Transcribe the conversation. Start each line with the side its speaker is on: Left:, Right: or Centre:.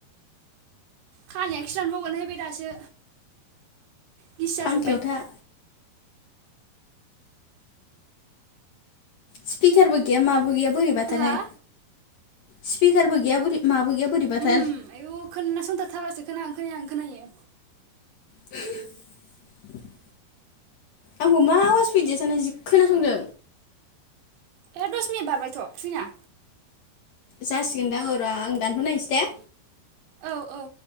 Right: खानायाखि रानबावगोनहाय बे दासो गिसि जाजोब्बाय
Left: फांखायाव था स्पिकारबो गैया माबो गैया बोरैबाथारहाय
Right: हा
Left: स्पिकारबो गैया बोर माबो गैया बोरैबाथार
Right: उम आयु खोनासंथाबथारबासो खोनाहां खोनाहां खोनायो
Left: <unintelligible> आंबो मा आवाज फैदिया साना जि खोनासंदों
Right: ए दस मिनिट बारबायथ' थुइना
Left: जासिगोनदां और आं दानहर नायनोसै दे
Right: औ औ